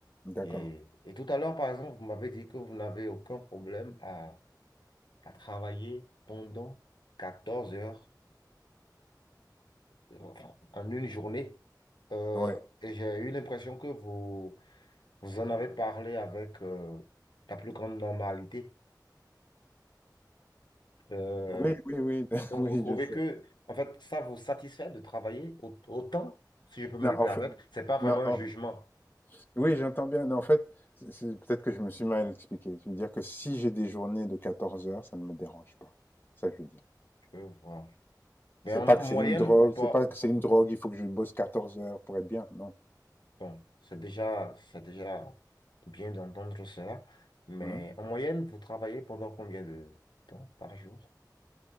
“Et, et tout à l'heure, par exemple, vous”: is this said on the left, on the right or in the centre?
Left